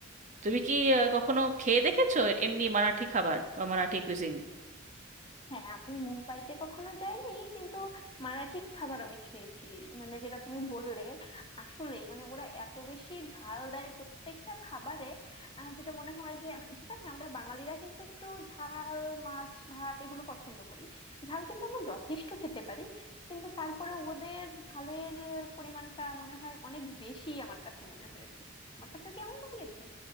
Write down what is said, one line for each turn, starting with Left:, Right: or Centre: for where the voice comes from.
Right: তুমি কি আহ, কখনো খেয়ে দেখেছো এমনি মারাঠি খাবার বা মারাঠি কুইজিন
Left: হ্যাঁ আমি মুম্বাইতে কখনো যাইনি কিন্তু মারাঠি খাবার আমি খেয়েছি মানে যেটা তুমি বললে আসলেই মানে ওরা এত বেশি ঝাল দেয় প্রত্যেকটা খাবারে আহ, যেটা মনে হয় যে আমি- ঠিক আছে আমরা বাঙালিরা কিন্তু একটু ঝাল মাছ ভাত এগুলো পছন্দ করি ঝাল কিন্তু আমরা যথেষ্ট খেতে পারি কিন্তু তারপরে ওদের ঝালের পরিমাণটা মনে হয় অনেক বেশি আমার কাছে মনে হয়েছে আমার কাছেও কেমন লেগেছে